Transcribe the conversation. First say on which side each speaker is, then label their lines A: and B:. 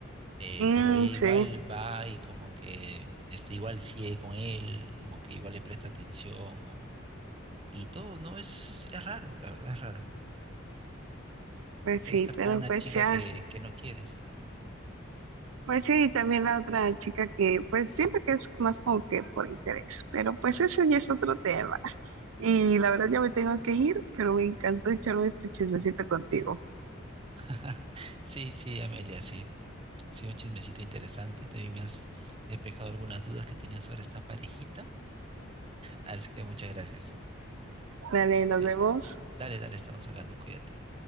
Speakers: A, on the right; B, on the right.
A: Eh,
B: Mm,
A: pero ella igual
B: sí,
A: va y como que este, igual sigue con él, como que igual le presta atención o, y todo, ¿no? Es, es, es raro, la verdad es raro.
B: pues
A: Porque
B: sí,
A: estar
B: pero
A: con una
B: pues
A: chica
B: ya,
A: que, que no quieres.
B: pues sí, y también la otra chica que pues siento que es más como que por interés, pero pues ese ya es otro tema. Y la verdad ya me tengo que ir, pero me encantó echarme este chismecito contigo.
A: <laughs> Sí, sí, Amelia, sí. Sí, un chismecito interesante. También me has despejado algunas dudas que tenía sobre esta parejita. Así que muchas gracias.
B: Dale, nos
A: ¿Sí?
B: vemos.
A: Dale, dale, estamos hablando. Cuídate.